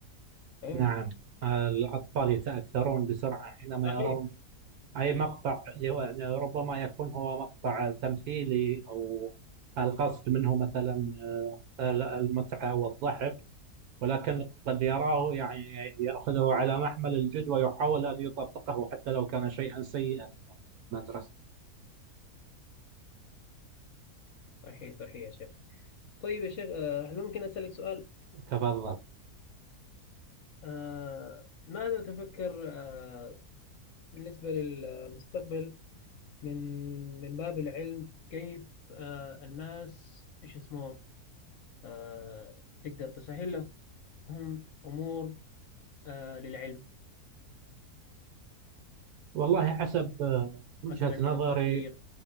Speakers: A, on the left; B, on the right.
A: فهمت
B: نعم آه، الأطفال يتأثرون بسرعة حينما
A: صحيح
B: يرون أي مقطع يو- يعني ربما يكون هو مقطع تمثيلي أو القصد منه مثلا آه، المتعة والضحك ولكن قد يراه يعني يأخذه على محمل الجد ويحاول أن يطبقه حتى لو كان شيئا سيئا من المدرسة
A: صحيح صحيح يا شيخ طيب يا شيخ آه، هل ممكن أسألك سؤال
B: تفضل
A: آه، ماذا تفكر آه، بالنسبة للمستقبل من من باب العلم كيف آه، الناس ايش اسمه آه، تقدر تسهل لهم أمور آه، للعلم
B: والله حسب آه، وجهة
A: مثلا من
B: نظري
A: التطبيق